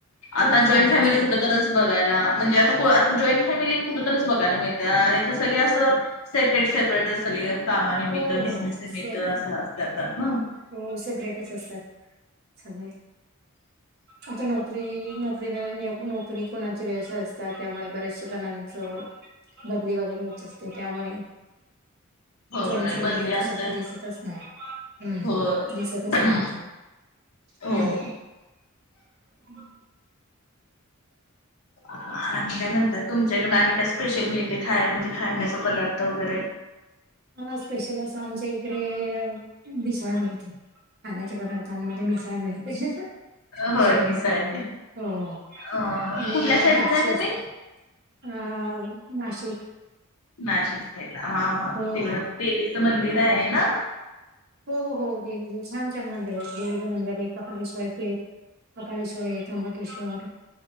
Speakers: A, on the right (about 50°); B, on the left (about 80°).
A: खूप
B: आता जॉईंट
A: फायदा
B: फॅमिली
A: होतो
B: कुठंतरीच बघयला म्हणजे आता आता जॉईंट फॅमिली कुठंतरीच बघायला मिळतेत. त्या आणि तर सगळे असं सेपरेट सेपरेट सगळे कामानेमितत
A: हो हो
B: बिझनेस निमितत
A: सेफ
B: असं. <unintelligible>
A: हो सेब्रेटच असतात सगळे.
B: ह
A: आता नोकरी नोकरी, नोकरी कोणाची व्यवसाय असतात त्यामुळे बऱ्याचश जणांचं बदली वगैरे होत असते त्यामुळे
B: होय
A: जॉईंट फॅमिली
B: बदली
A: आता
B: असतात
A: सुद्धा दिसतच नाही. हम्म
B: होय
A: दिसतच
B: हम्म
A: नाही
B: हो.
A: हम्म म
B: आणि काय म्हणतात तुमच्याकडे आणि काय स्पेशल मिळतंय? खाय म्हणजे खायण्याचे पदार्थ वगैरे?
A: ह स्पेशल असं आमच्या इकडे मिसळ. खाण्याच्या पदार्थांमध्ये मिसळ मिळते. शेजवान <unintelligible>
B: होय मिसळ आहे.
A: एक ना हो
B: अ
A: आणि
B: कुठल्या साईडला
A: द्राक्ष
B: आहे तुम्ही?
A: असतात. हा नाशिक.
B: नाशिक साईडला हा हा
A: हो
B: तिकडं
A: हो
B: देवीचं मंदिर आहे ना?
A: हो हो देवीचे छान छान मंदिर आहेत, देवीचें मंदिर आहे कपालेश्वर कपालेश्वर ये, त्र्यंबकेश्वर